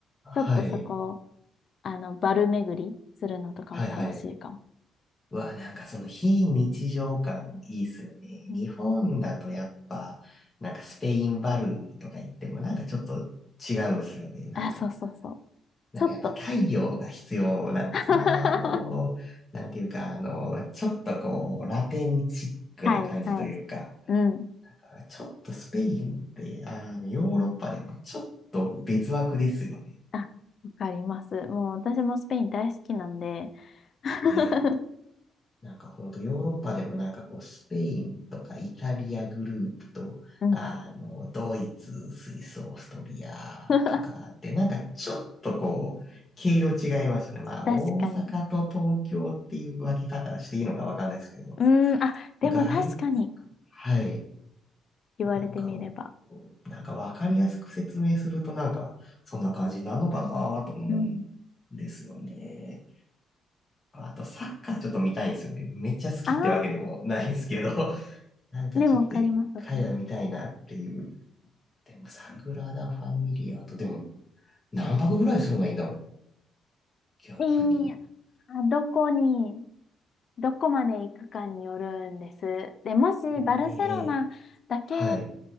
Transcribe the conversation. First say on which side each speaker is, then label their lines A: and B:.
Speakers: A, on the left; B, on the left.
A: ちょっとそこ、
B: ー。はい。
A: あの、バル巡りするのとかも楽しいかも。
B: はいはい。わあ、なんかその非日常感いいっすよね。
A: うん。
B: 日本だとやっぱ、なんかスペインバルーとか言ってもなんかちょっと違うんすよね。なんか、
A: あ、そうそうそう。
B: なんかやっぱ太陽が必要なんですね。
A: ちょっと。<laughs>
B: あのー、なんていうか、あのー、ちょっとこう、ラテンチックな感じというか、
A: はいはい。うん。
B: だからちょっとスペインって、あの、ヨーロッパでもちょっと別枠ですよね。
A: あ、わかります。もう私もスペイン大好きなんで。<laughs>
B: ねえ。なんかほんとヨーロッパでもなんかこうスペインとかイタリアグループと、
A: うん。
B: あの、ドイツ、スイス、オーストリアとかってなんかちょっとこう、
A: <laughs>
B: 毛色違いますね。まあ大阪と東京っていう分け方していいのかわかんないですけど。
A: 確かに。うーん、あ、でも確かに。
B: 外、はい。
A: 言われてみれば。
B: なんか、なんかわかりやすく説明するとなんか、そんな感じなのかなと思うん
A: うん。
B: ですよね。あと、サッカーちょっと見たいんですよね。めっちゃ好きってわけでもないんですけど、
A: ああ、
B: <laughs> なんかちょっと一回は見たいなっていう。
A: でもわかります、わかります。
B: でも、サグラダ・ファミリアと、でも、何泊ぐらいするのがいいんだろう逆に。
A: いやー、どこに、どこまで行くかによるんです。で、もしバルセロナだけ
B: ねえ。はい。